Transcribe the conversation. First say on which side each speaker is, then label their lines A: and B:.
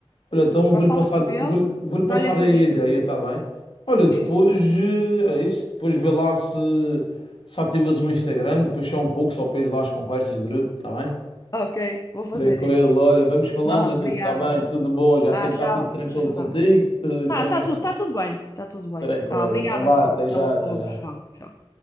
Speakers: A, on the left; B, on the left.
A: Olha, então
B: Vá
A: vou-lhe
B: falar
A: passar,
B: com ele,
A: vou-lhe vou-lhe
B: dá-lhe
A: passar
B: essa
A: aí
B: dica.
A: a ideia, está bem? Olha, depois
B: É isso.
A: eh, é isso, depois vê lá se, se ativas o Instagram, depois só um pouco, só para ir lá as conversas de grupo, está bem?
B: Ok, vou fazer
A: Tranquilo,
B: isso.
A: olha, vamos falando
B: Ah, obrigada
A: nisso, está bem?
B: então.
A: Tudo bom, já
B: Ah,
A: sei
B: tchau,
A: que está tudo tranquilo
B: tchau.
A: contigo, tu- estou
B: Tá,
A: mais
B: tá tudo,
A: descan-
B: tá tudo bem, tá tudo bem.
A: tranquilo,
B: Tá, obrigada
A: então vá,
B: então.
A: até
B: Até
A: já,
B: logo,
A: até já.
B: tchau, tchau.